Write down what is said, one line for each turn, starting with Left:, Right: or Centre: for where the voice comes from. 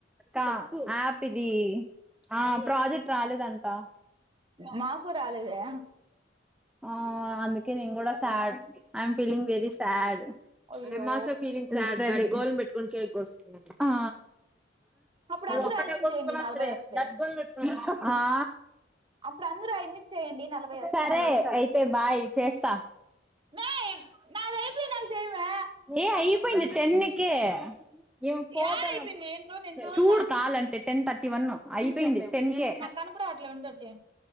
Centre: కా యాప్ ఇది ఆ ప్రాజెక్ట్ రాలేదంటా
Right: మాకు రాలేదే
Centre: ఆ అందుకే నేను కూడా sad I'm feeling very sad
Right: అయ్యో
Centre: I'm also feeling sad goal పెట్టుకుని కేక్ కోసుకో ఆ
Right: అప్పుడు అందరూ
Centre: ఒక్కటే
Right: ఐమికి చేయండి నలభై వస్తాయి
Centre: <inaudible> ఆ
Right: అప్పుడు అందరూ ఐమికి చేయండి నలభై వస్తది
Centre: సరే
Right: అంటున్నా
Centre: అయితే బాయ్ చేస్తా
Right: మే నాదయిపోయినాక చేయవే
Centre: ఏ అయిపోయింది టెన్ కే ఏం ఫోటో
Right: యాడయిపోయింది ఏందో నేను చూడలే
Centre: చూడు కావాలంటే టెన్ థర్టీ వన్ అయిపోయింది టెన్ కే
Right: నాకు కనపరావట్లే ఉండుంటే